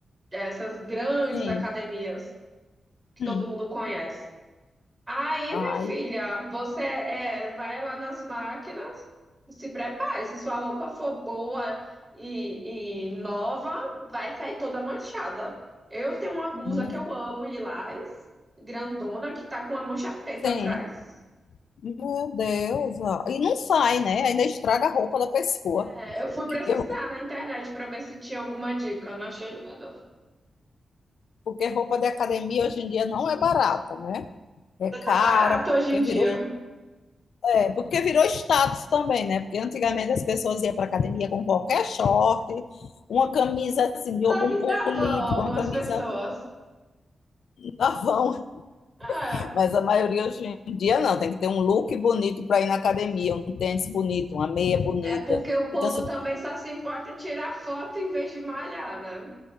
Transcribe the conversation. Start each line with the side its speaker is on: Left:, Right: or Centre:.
Right: essas grandes
Left: Sim.
Right: academias que
Left: Hum.
Right: todo mundo conhece. Aí,
Left: Ai,
Right: minha filha, você é, vai lá nas máquinas, se prepare. Se sua roupa for boa e, e nova, vai sair toda manchada. Eu tenho uma blusa
Left: hum.
Right: que eu amo, lilás, grandona, que tá com uma mancha preta
Left: sim.
Right: atrás.
Left: Meu Deus. ó. E não sai, né? Ainda estraga a roupa da pessoa.
Right: É, eu fui pesquisar
Left: Que eu-
Right: na internet para ver se tinha alguma dica, não achei nada.
Left: Porque roupa de academia hoje em dia não é barata, né? É cara,
Right: Tá barato hoje
Left: porque
Right: em dia.
Left: virou, é, porque virou status também, né? Porque antigamente as pessoas iam para academia com qualquer short, uma camisa assim de
Right: Aí
Left: algum político,
Right: dá vão algumas
Left: uma camisa
Right: pessoas.
Left: da Avon
Right: É.
Left: Mas a maioria hoje em dia não, tem que ter um look bonito para ir na academia, um tênis bonito, uma meia bonita.
Right: É porque o povo
Left: Então, se,
Right: também só se importa em tirar foto em vez de malhar, né?